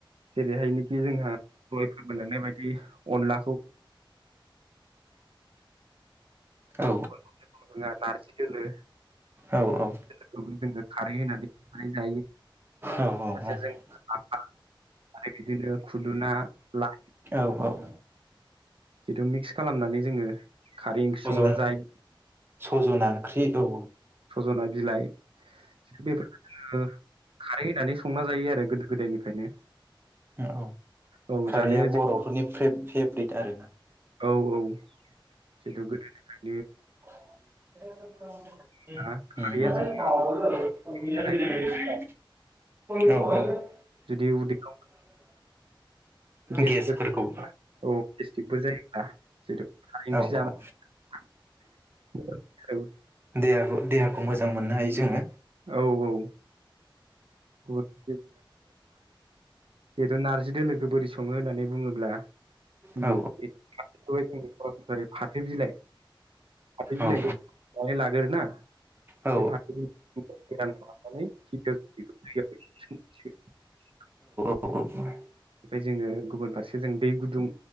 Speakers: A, on the right; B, on the right.
A: जेरैहायनि जोंहा गय फानलायलांनाय बायदि अनलाखौ <inaudible> आरो
B: औ
A: <unintelligible> नारजि दोलो
B: औ औ।
A: बे जोङो खारै होनानै थांनानै जायो
B: औ
A: फारसेजों
B: औ
A: लाफा आरो बिदिनो खुदुना लाइ
B: औ औ
A: जिथु मिक्स खालामनानै जोङो खारै ओंख्रि
B: सजन
A: संना जायो
B: सजना ओंख्रि औ।
A: सजना बिलाइ बेफोरखौ जोङो खारै होनानै संना जायो आरो गोदो गोदायनिफ्रायनो
B: औ औ
A: औ
B: खारैया
A: जानो
B: बर'फोरनि। फेत फेभ्रिट आरो ना।
A: औ औ जिथु गोदोनि।
B: <inaudible>
A: होनोब्ला खारैया जोंनि
B: <inaudible>
A: थाखाय मोजां जुदि उदैयाव गेसफोर
B: गेसफोरखौ
A: औ गेस्टिकफोर जायोब्ला जिथु खारै ओंख्रि
B: औ औ
A: जानानै
B: औ।
A: <unintelligible>
B: देहाखौ देहाखौ मोजां। मोजां मोननो हायो जोङो।
A: औ औ गुबों <inaudible> बेथ' नारजि दोलोखौ बोरै सङो होननानै बुङोब्ला जोङोनस्र
B: औ
A: फाथो बिलाइ फाथो बिलाइखौनानै
B: औ
A: लाग्रोना
B: औ
A: बे फाथ बिलाइ ाब <inaudible>
B: अ
A: बेफ्राय जोङो गुबुन फारसे जों दै गुदुं